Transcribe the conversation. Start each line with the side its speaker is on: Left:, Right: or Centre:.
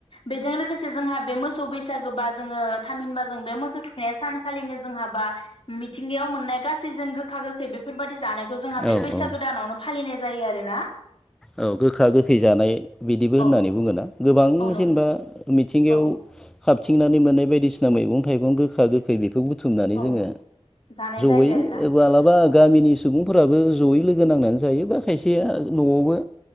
Left: बेजों लोगोसे जोंहा बे मोसौ बैसागोबा जोङो थामहिनबा जों बे मोसौ थुखैनाया सानखालिनो जोंहाबा मिथिंगायाव मोननाय गासैजों गोखा गोख खै बेफोरबायदि जानायखौ जोंहा बे
Centre: औ
Left: बैसागो
Centre: औ
Left: दानावनो फालिनाय जायो आरोना।
Centre: औ गोखा गोखै जानाय बिदिबो होननानै
Left: औ औ
Centre: बुङोना गोबां
Left: औ नंगौ
Centre: जेनेबा मिथिंगायाव
Left: औ
Centre: खाबथिंनानै मोननाय बायदिसिना मैगं थाइगं गोखा गोखै बेखौ बु बुथुमनानै
Left: औ
Centre: जोङो
Left: जानाय जायो
Centre: जयै
Left: आरोना
Centre: माब्लाबा
Left: औ
Centre: गामिनि सुबुंफोराबो जयै लोगो नांनानै जायो बा खायसेया न'आवबो